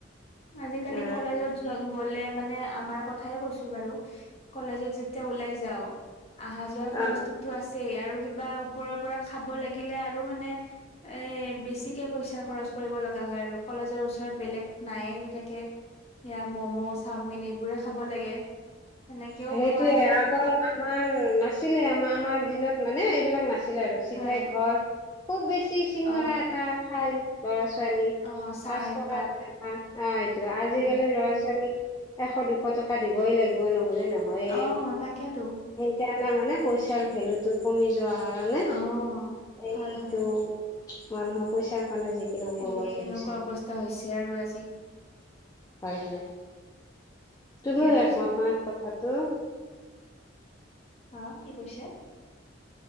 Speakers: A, on the left (about 35°); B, on the left (about 20°).
A: আজিকালি
B: অ
A: কলেজত যোৱা গলে মানে আমাৰ কথাই কৈছো বাৰু কলেজত যেতিয়া ওলাই যাওঁ, আহা যোৱা
B: অ
A: খৰচটোতো আছ সেই আৰু কিবা ওপৰৰ পৰা খাব লাগিলে আৰু মানে এ বেছিকে পইচা খৰচ কৰিব লগা হয় আৰু কলেজৰ ওচৰত বেলেগ নাইয়ে তেনেকে এইয়া ম'ম', চাওমিন এইবোৰে খাব লাগে। সেনেকেও
B: সেইটোয়ে
A: খোৱা যায়
B: আগৰ আমাৰ নাছিলে, আমাৰ আমাৰ দিনত মানে এইবিলাক নাছিলে আৰু চিধাই
A: হয়
B: ঘৰ খুব বেছি টি চিঙৰা
A: অ
B: এটা খাই ল'ৰা -ছোৱালী
A: অ চাহ
B: পাঁচ
A: একাপ
B: টকা এটা এটা অ। ত আজিকালি
A: হয়
B: ল'ৰা -ছোৱালীক এশ- দুশ টকা দিবই লাগিব ন। হ'লে নহয়েই,
A: অ তাকেতো
B: সেইকাৰণে মানে পইচাৰ ভেলুটো কমি যোৱা কাৰণে
A: অ
B: এইটো
A: হয় হয়
B: মানুহৰ পইচা সেইকাৰণে যিকিনো
A: এই
B: কব ধৰিছিল
A: এনেকুৱা অৱস্থা হৈছে আৰু আজি
B: হয় হয়।
A: ঠিকে
B: তুমিও
A: কৈছে
B: একমত নহয় কথাটো।
A: অ কি কৈছে?